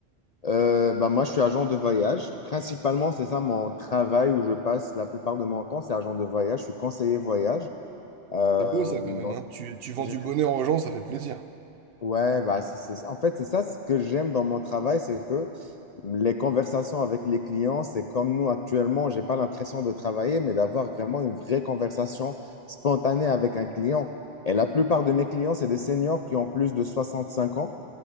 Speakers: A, on the left; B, on the right.
A: euh, bah, moi, je suis agent de voyage. Principalement, c'est ça mon travail où je passe la plupart de mon temps, c'est agent de voyage. Je suis conseiller voyage. Euh,
B: C'est beau ça quand même,
A: donc,
B: hein. Tu, tu vends
A: j'ai
B: du bonheur aux gens, ça fait plaisir.
A: Ouais, bah c'est, c'est- en fait, c'est ça ce que j'aime dans mon travail, c'est que les conversations avec les clients, c'est comme nous actuellement, j'ai pas l'impression de travailler, mais d'avoir vraiment une vraie conversation spontanée avec un client. Et la plupart de mes clients, c'est des seniors qui ont plus de 65 ans.